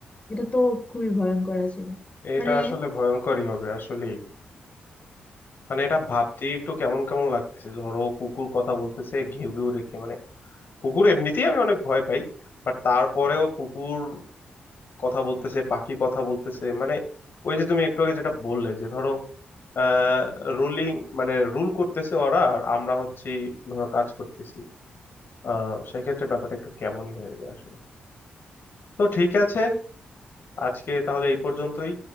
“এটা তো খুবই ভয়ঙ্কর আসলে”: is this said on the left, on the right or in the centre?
Left